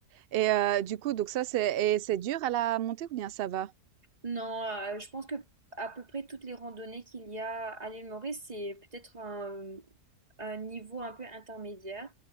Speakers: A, on the right (about 75°); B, on the right (about 25°).
A: Et heu, du coup donc ça c'est et c'est dur à la montée ou bien ça va?
B: Non, euh, je pense que à peu près toutes les randonnées qu'il y a à l'île Maurice, c'est peut-être un, un niveau un peu intermédiaire.